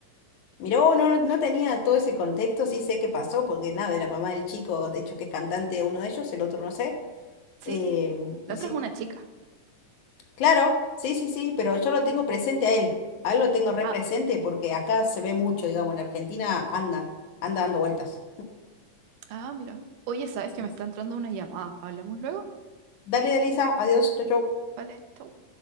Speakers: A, on the left (about 65°); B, on the right (about 75°).
A: Mirá, vos, no, no no tenía todo ese contexto, sí sé qué pasó, porque nada, de la mamá del chico, de hecho que es cantante uno de ellos, el otro no sé.
B: Sí,
A: em,
B: la
A: y sí.
B: otra es una chica.
A: Claro, sí, sí, sí, pero yo lo tengo presente a él. A él lo tengo re
B: Ah,
A: presente porque acá se ve mucho, digamos, en Argentina anda, anda dando vueltas.
B: ah, mira. Oye, ¿sabes
A: Sí,
B: que me
A: sí.
B: está entrando una llamada? ¿Hablamos luego?
A: Dale, Elisa, adiós, chau, chau.
B: Vale, chau.